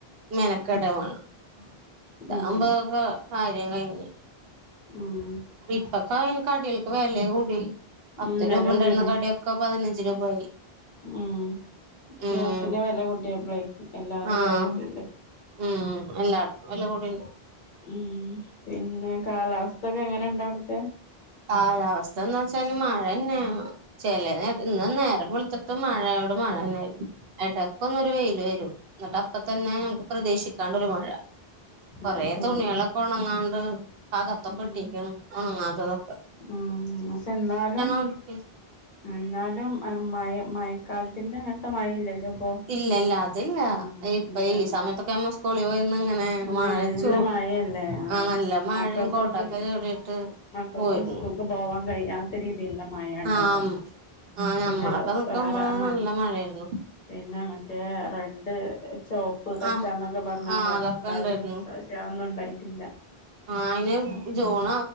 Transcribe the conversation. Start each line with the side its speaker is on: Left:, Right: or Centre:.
Right: മെനക്കേടുമാണ്
Left: ഉം
Right: ഇതാവുമ്പം
Left: ഉം
Right: കോ കാര്യം കഴിഞ്ഞ്.
Left: ഉം.
Right: ഇപ്പൊക്കെ അയ്ന് കടികൾക്ക് വെലേം കൂടി പത്ത്
Left: ഉം വെല
Right: രൂപ
Left: കൂടീണ്
Right: ഉണ്ടായിരുന്ന കടിയൊക് ഒക്ക പതിനഞ്ച് രൂപായി.
Left: ഉം.
Right: ഉം
Left: ഗ്യാസിനെ വെല കൂട്ടിയപ്പ്ളെ എല്ലാരും
Right: ആഹ്
Left: വെലകൂട്ടിയില്ലേ?
Right: ഉം എല്ലാർകും വെലകൂടീണ്ട്.
Left: ഉം പിന്നെ കാലാവസ്ഥയൊക്കെ എങ്ങനേണ്ടവിടത്തെ?
Right: കാലാവസ്ഥ എന്ന് വച്ചാല് മഴന്നെയാ ചെലേ നേരത്ത് ഇന്ന് നേരം വെള്ത്തിട്ട് മഴയോട് മഴന്നാര്ന്നു. എടക്കൊന്നൊര് വെയില്‌വരും എന്ന്ട്ടപ്പതന്നെ ഞമുക്ക് പ്രതീശിക്കാണ്ടൊരു മഴ. കൊറെ
Left: അത് ശരി
Right: തുണികളൊക്കെ ഉണങ്ങാണ്ട് ഇപ്പകത്തൊക്കെ
Left: ഉം
Right: ഇട്ടിക്കാണ് ഉണങ്ങാത്തതൊക്
Left: ഉം പക്ഷെ എന്നാലും
Right: ഒണക്കി
Left: എന്നാലും മയേ മയ കാലത്തിന്റെ അങ്ങനത്തെ മഴയില്ലല്ലോ ഇപ്പൊ
Right: ഇല്ലല്ല അതില്ല
Left: ഉം <unintelligible>
Right: ഇപ്പൊ ഈ
Left: എന്താ
Right: സമയത്തൊക്കെ നമ്മ സ്കൂളിൽ പോയിര്ന്ന് ഇങ്ങനെ
Left: ആഹ്
Right: മഴ
Left: നല്ല
Right: ചൂ
Left: മഴല്ലേ ആ
Right: ആഹ് നല്ല മഴയും
Left: മക്കൾക്കൊന്നും
Right: കൊടൊക്കെ ചൂടിയിട്ട്
Left: ക്കക്കൊന്ന്
Right: പോയിരുന്നു
Left: സ്കൂൾക്ക് പോവാൻ കഴിയാ ത്ത രീതിൽള്ള മഴയാ ഇണ്ടാവല്
Right: ആഹ് ആഹ് ഞമ്മളൊക്കെ
Left: പിന്നെ
Right: നിക്കുമ്പോ
Left: വേറെ ആഹ്
Right: നല്ല മഴയായിരുന്നു
Left: പിന്നെ മറ്റേ റെഡ്, ചോപ്പ്, പച്ച
Right: ആഹ്
Left: എന്നൊക്കെ പറഞ്ഞാണ്ട്
Right: ആഹ്
Left: അതും
Right: അതൊക്കെ
Left: ഉണ്ടാവല്
Right: ഉണ്ടായിരുന്നു
Left: പക്ഷേ അതൊന്നും ഉണ്ടായിട്ടില്ല.
Right: ആഹ് അയിന്
Left: ഉം
Right: ജൂൺ